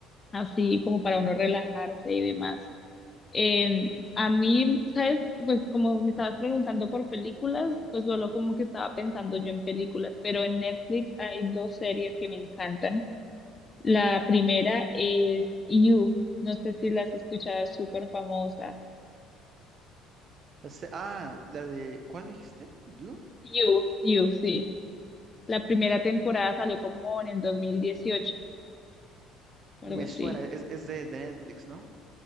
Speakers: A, on the left (about 20°); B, on the right (about 35°).
A: así como para uno relajarse y demás. Eh, a mí, ¿sabes? Pues como me estabas preguntando por películas, pues solo como que estaba pensando yo en películas, pero en Netflix hay dos series que me encantan. La primera es You, no sé si la has escuchado, es súper famosa.
B: La se- ah, la de, ¿cuál dijiste? ¿You?
A: You, You, sí. La primera temporada salió como en el 2018 o
B: Me
A: algo así.
B: suena, es, es de, de Netflix, ¿no?